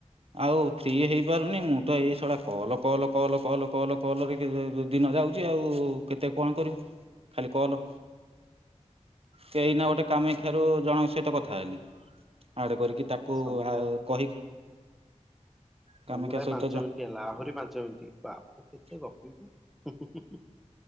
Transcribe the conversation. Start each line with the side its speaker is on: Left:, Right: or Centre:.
Right: ଆଉ ଫ୍ରି ହେଇପାରୁନି ମୁଁ ତ ଏଇ ସଡ଼ା call call call call call କଲରେ କେ-ଦିନ ଯାଉଛି ଆଉ କେତେ କଣ କରିବୁ। କଲ କେଇନା ଗୋଟେ
Centre: ହୁଁ
Right: କାମାକ୍ଷାରୁ ଜଣଙ୍କ ସହିତ କଥା ହେଲି। ଆଡ କରିକି ତାକୁ
Centre: ସମୁଦାୟ
Right: ଆ କହିକି କାମାକ୍ଷା
Centre: ସମୁଦାୟ
Right: ସହିତ
Centre: ପାଞ୍ଚ
Right: ଜ
Centre: ମିନିଟ ହେଲା ଆହୁରି ପାଞ୍ଚ ମିନିଟ୍ ବାପ କେତେ ଗପିବୁ।